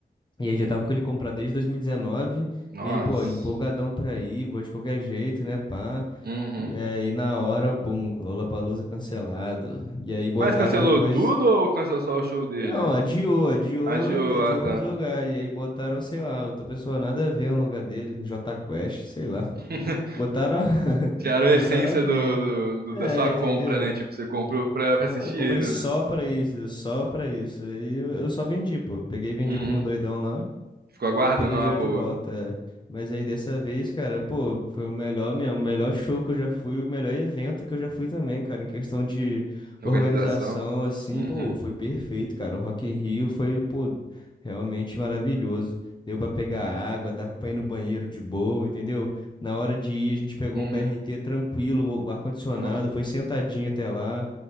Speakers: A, on the left; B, on the right.
A: e aí já tava com ele comprar desde 2019. E dezenove.
B: Nossa.
A: E aí, pô, empolgadão pra ir, vou de qualquer jeito, né, pá.
B: Uhum.
A: E aí na hora, bum, Lollapalooza cancelado. E aí botaram
B: Mas cancelou
A: depois.
B: tudo ou cancelou só o show dele?
A: Não, adiou, adiou,
B: Adiou,
A: adiou
B: ah, tá.
A: pra outro lugar. E aí botaram, sei lá, outra pessoa nada a ver no lugar dele, Jota Quest, sei lá.
B: <laughs>
A: Botaram, <laughs>
B: Tiraram a
A: botaram
B: essência
A: alguém.
B: do, do- do-
A: É,
B: da sua compra,
A: entendeu?
B: né? Tipo, você comprou pra assistir
A: Pô, eu comprei
B: ele,
A: só
B: né?
A: pra isso, só pra isso. Aí eu eu só vendi, pô. Eu Peguei e vendi
B: Uhum.
A: pra um doidão lá.
B: Ficou aguardando
A: E aí peguei
B: uma
A: o dinheiro
B: boa
A: de volta. é. Mas aí dessa vez, cara, pô, foi o melhor mesmo, o melhor show que eu já fui, o melhor evento que eu já fui também, cara. Em questão de organização,
B: organização.
A: assim,
B: Uhum.
A: pô, foi perfeito, cara. O Rock in Rio foi, pô, realmente maravilhoso. Deu pra pegar água, dava pra ir no banheiro de boa, entendeu? Na hora de ir, a gente pegou
B: Uhum.
A: um BRT tranquilo, o ar-condicionado,
B: Ó,
A: foi sentadinho até lá.